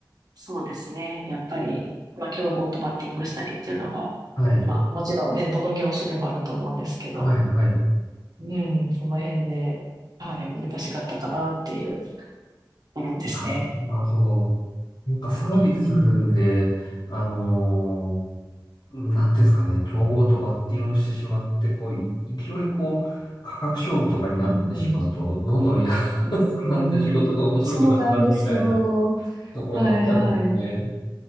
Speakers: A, on the right; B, on the left.
A: そうですね。やっぱり、まあ、競合とバッティングしたりっていうのが、
B: はい。
A: まあ、もちろんね、どの業種でもあると思うんですけど、
B: はい。はい。
A: うん、その辺で、はい、難しかったかなっていうところですね。
B: な、なるほど。なんかサービスで、
A: うんうんうん
B: あのーなんていうんですかね、競合とバッティングしてしまって、こう、い勢いこう、価格勝負とかになってしまうと、
A: うん。
B: どんどん <laughs> 安
A: うーん、
B: くなって仕事が面白くなくなるみたいな
A: そうなんですよ。
B: ところとか嫌ですね。
A: はいはい。